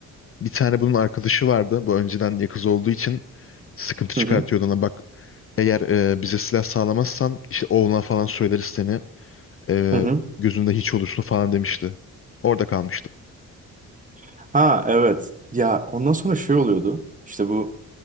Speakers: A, on the left (about 40°); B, on the right (about 20°).
A: bir tane bunun arkadaşı vardı. Bu önceden yakız olduğu için sıkıntı çıkartıyordu
B: Hı hı.
A: ona. Bak eğer eee, bize silah sağlamazsan işte oğluna falan söyleriz seni. Eee,
B: Hı hı.
A: gözünde hiç olursun falan demişti. Orada kalmıştım.
B: Ha evet. Ya ondan sonra şey oluyordu. İşte bu